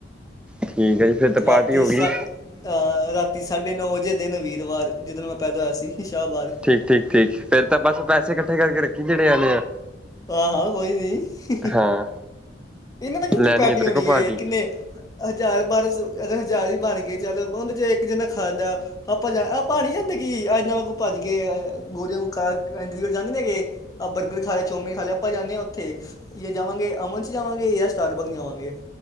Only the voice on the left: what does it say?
ਰਾਤੀ
ਸੱਟ
ਆ ਰਾਤੀ ਸਾਢੇ ਨੌ ਵਜੇ ਦਿਨ ਵੀਰਵਾਰ ਜਿੱਦਨ ਮੈਂ ਪੈਦਾ ਹੋਇਆ ਸੀ ਸ਼ਾਹਬਾਦ।
ਆਹੋ ਕੋਈ ਨਹੀਂ। ਹੀ, ਹੀ
ਇਹਨਾਂ ਤੇ ਕੀਤੀ
ਪੈਟੀ
ਹੋਣੀ
ਹੈ ਕਿੰਨੇ ਹਜ਼ਾਰ ਬਾਰ ਅਗਰ ਹਜ਼ਾਰ ਹੀ ਬਣ ਗਏ ਚੱਲ ਉਹਦੇ 'ਚ ਇੱਕ ਜਨਾ ਖਾਂਦਾ। ਆਪਾਂ ਜਾ ਆਪਾਂ ਨਹੀਂੀ ਜਾਂਦੇ ਕਿ ਆ ਨਵਾਂ ਕੁ ਭੱਜ ਕੇ ਗੋਰੀਆਂੱਕ ਜਾਂਦੇ ਨੇਗੇ। ਆ ਬਰਗਰ ਖਾ ਲਿਆ ਚੋਮਮੀਨ ਖਾ ਲਿਆ ਆਪਾਂ ਜਾਂਦੇ ਹਾਂ ਉੱਥੇ ਜਾਂ ਜਾਵਾਂਗੇ ਅਮਨ ਜਾਵਾਂਗੇ ਜਾਂ ਸਟਾਰਬਰਗ ਜਾਵਾਂਗੇ